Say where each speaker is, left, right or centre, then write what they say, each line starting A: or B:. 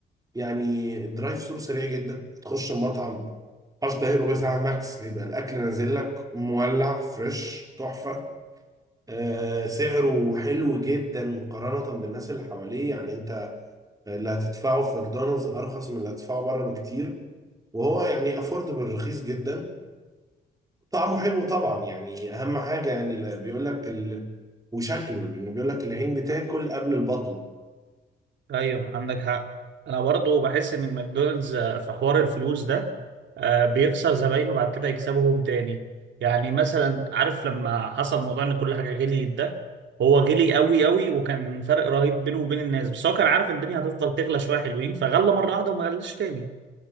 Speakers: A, on the right (about 20°); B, on the right (about 65°).
A: يعني الدرايف ثرو سريع جدا تخش المطعم 10 دقايق ربع ساعة ماكس هيبقى الأكل نازل لك مولع فريش تحفة آه سعره حلو جدا مقارنة بالناس اللي حواليه يعني أنت اللي هتدفعه في ماكدونالدز أرخص من اللي هتدفعه بره بكتير وهو يعني أفوردبل رخيص جدا طعمه حلو طبعا يعني أهم حاجة يعني اللي بيقول لك ال... وشكله لأنه بيقول لك العين بتاكل قبل البطن
B: ايوه عندك حق انا برضو بحس ان ماكدونالدز آه، في حوار الفلوس ده آه، بيخسر زباينه بعد كده يكسبهم تاني يعني مثلا عارف لما حصل موضوع ان كل حاجه غليت ده هو غلي قوي قوي وكان فرق رهيب بينه وبين الناس بس هو كان عارف إن الدنيا هتفضل تغلى شويه حلوين فغلى مره واحده وما غلاش تاني